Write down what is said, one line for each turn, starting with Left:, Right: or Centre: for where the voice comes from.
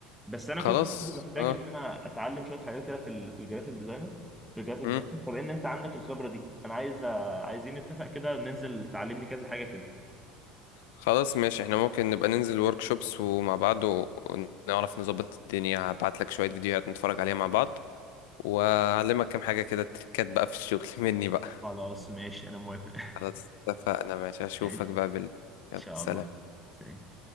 Centre: بس انا
Left: خلاص
Centre: كنت محتاج
Left: اه
Centre: ان انا اتعلم شويه حاجات كده في ال في الجرافيك ديزاينر في الجرافيك
Left: امم
Centre: ديزاين طب ان انت عندك الخبره دي انا عايز عايزين نتفق كده ننزل تعلمني كذا حاجه كده
Left: خلاص ماشي احنا ممكن نبقى ننزل ورك شوبس ومع بعض و- ونعرف نظبط الدنيا هبعت لك شوية فيديوهات نتفرج عليها مع بعض واعلمك كام حاجة كده تريكات بقى في الشغل <laughs> مني بقى
Centre: خلاص ماشي انا موافق
Left: خلاص اتفقنا ماشي
Centre: <laughs>
Left: اشوفك
Centre: ماشي
Left: بقى بالليل
Centre: ان
Left: يلا
Centre: شاء
Left: سلام
Centre: الله سلام